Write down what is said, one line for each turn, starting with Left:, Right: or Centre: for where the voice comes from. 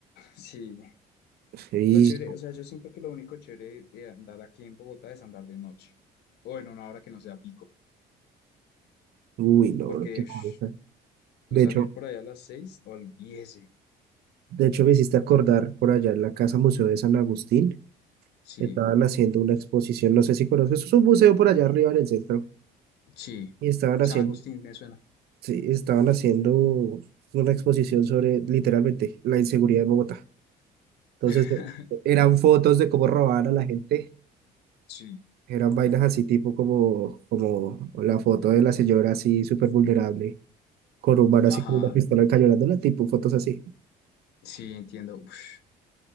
Left: Sí.
Right: Y,
Left: Lo chévere, o sea, yo siento que lo único chévere de andar aquí en Bogotá es andar de noche o en una hora que no sea pico,
Right: uy, no,
Left: porque
Right: bro, qué
Left: ush,
Right: cosa.
Left: tú
Right: De
Left: salir
Right: hecho,
Left: por allá a las seis, olvídese.
Right: de hecho me hiciste acordar por allá en la Casa Museo de San Agustín,
Left: Sí,
Right: estaban haciendo una exposición, no sé si conoces, es un museo por allá arriba en el centro,
Left: sí.
Right: y estaban
Left: San
Right: haciendo,
Left: Agustín me suena.
Right: sí, estaban haciendo una exposición sobre literalmente la inseguridad de Bogotá. Entonces,
Left: <laughs>
Right: eh, eran fotos de cómo robaban a la gente
Left: Sí.
Right: Eran vainas así tipo como, como la foto de la señora así súper vulnerable, con un man
Left: Ajá,
Right: así con una pistola cañonándola, tipo fotos así.
Left: sí, entiendo. Uf,